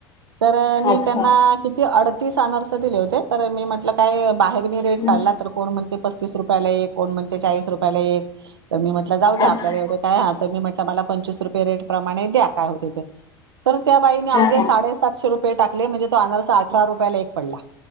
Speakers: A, on the right; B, on the left.
A: तर मी
B: अच्छा
A: त्या. ना किती अडतीस. आनारसे दिले होते तर मी म्हटलं काय बाहेर मी रेट
B: हम्म
A: काढला तर कोण म्हणते पस्तीस रुपयाला एक कोण म्हणते चाळीस रुपयाला एक, तर मी म्हटलं जाऊ दे आपल्याला
B: अच्छा
A: यवढे काय आहे तर मी म्हटलं मला पंचवीस रुपये रेट प्रमाणे द्या काय होते ते तर त्या बाईने अवघे
B: हा हा
A: साडे सातशे रुपये टाक म्हणजे तो आनारसा अठरा रुपयाला एक पडला.